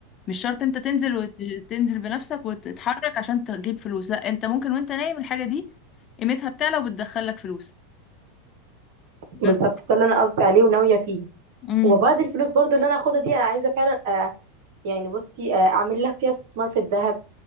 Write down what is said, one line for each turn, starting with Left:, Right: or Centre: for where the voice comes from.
Left: مش شرط انت تنزل وتنزل بنفسك وتتحرك عشان تجيب فلوس لا انت ممكن وانت نايم الحاجة دي قيمتها بتعلى وبتدخلك فلوس
Right: بالظبط
Left: بس
Right: ده اللي انا قصدي عليه وناويه فيه
Left: امم
Right: وبعد الفلوس برضو اللي انا هاخدها دي انا عايزه فعلا آه يعني بصي آه اعمل لها فيها استثمار في الذهب